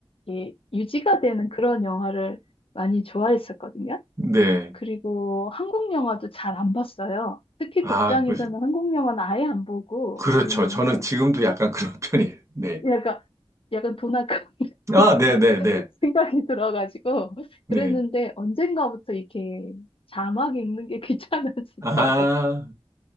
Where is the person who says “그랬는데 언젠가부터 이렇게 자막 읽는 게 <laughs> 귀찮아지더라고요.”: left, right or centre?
Left